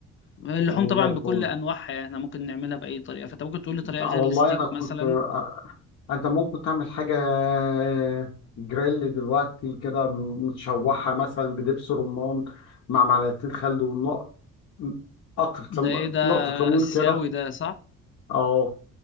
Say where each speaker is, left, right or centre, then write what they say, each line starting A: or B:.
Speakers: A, on the left (about 40°); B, on the left (about 55°).
A: اللحوم
B: حاجه
A: طبعا
B: لحوم
A: بكل انواعها يعني احنا ممكن نعملها باي طريقه فانت ممكن تقول لي طريقه
B: لا
A: غير
B: والله
A: الستيك
B: انا كنت
A: مثلا
B: آه، انت ممكن تعمل حاجه آه، جريل دلوقتي كده متشوحه مثلا بدبس رمان مع معلقتين خل ونقطه قطرة
A: ده
B: لم...
A: ايه ده
B: نقطه ليمون
A: اسيوي
B: كده
A: ده صح
B: اه